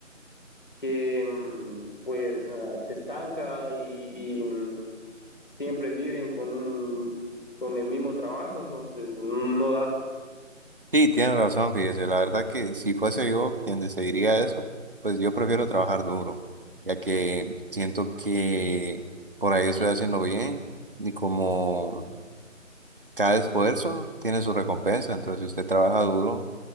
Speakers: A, on the left; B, on the right.
A: que mm, pues ah, se estanca y, y, mm, siempre viven con un, con el mismo trabajo, entonces mm, no da.
B: Sí, tiene razón, fíjese. La verdad que si fuese yo quien decidiría eso, pues yo prefiero trabajar duro, ya que siento que por ahí estoy haciendo bien y como Cada esfuerzo tiene su recompensa, entonces si usted trabaja duro,